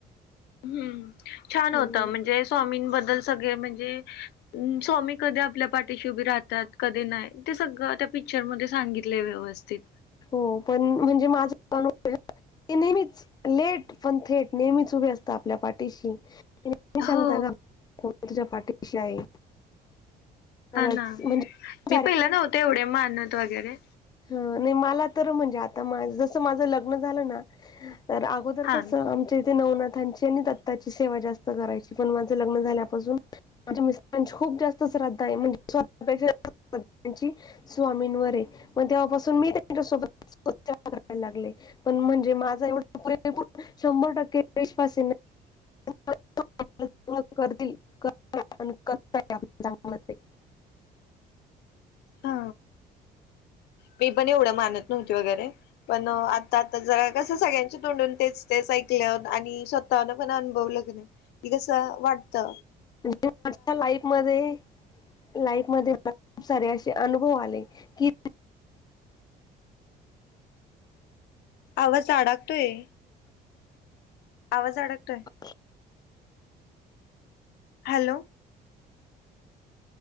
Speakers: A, on the left; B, on the left.
A: हम्म. छान
B: हम्म.
A: होत म्हणजे स्वामींबद्दल सगळे म्हणजे स्वामी कधी आपल्या पाठीशी उभी राहतात कधी नाही ते सगळं त्या पिक्चरमध्ये सा सांगितले व्यवस्थित.
B: हो पण म्हणजे माझ अनु <unintelligible> ते नेहमीच लेट पण थेट नेहमीच उभे असता आपल्या पाठीशी. ते नेहमी सांगता
A: हो
B: ना <unintelligible> मी तुझ्या पाठीशी आहे.
A: हा
B: खरंच
A: ना
B: म्हणजे खूप
A: मी
B: सारे
A: पहिलं नव्हते एवढे मानत वगैरे.
B: ह नाही मला तर म्हणजे आता जस माझं लग्न झालं ना तर, आ <unintelligible> दर
A: हा
B: कस तेथे नवनाथांची आणि दत्ताची सेवा जास्त करायची पण माझं लग्न झाल्यापासून माझ्या मिस्टारांची खूप जास्त श्रद्धा आहे म्हणजे स्वतःपेक्षा <unintelligible> त्यांची. स्वामींवर आहे मग तेव्हापासून मी त्यांच्यासोबत <unintelligible> करायला लागले. पण म्हणजे माझा एवढा शंभर टक्के विश्वास आहे ना. तसं म्हणायला सुरुवात करतील कस आप चांगल मध्ये.
A: हा, मी पण एवढं मानत नव्हती वगैरे. पण, आता आता जरा कस सगळ्यांचे तोंडून तेच तेच ऐकल्यावर आणि स्वतःन पण अनुभवल की नाही. की कसं वाटत.
B: म्हणजे माझ्या लाईफ मध्ये. लाईफ मध्ये खूप सारे असे अनुभव आले की
A: आवाज अडाकतोय. आवाज अडकतोय.
B: <inaudible>
A: हॅलो.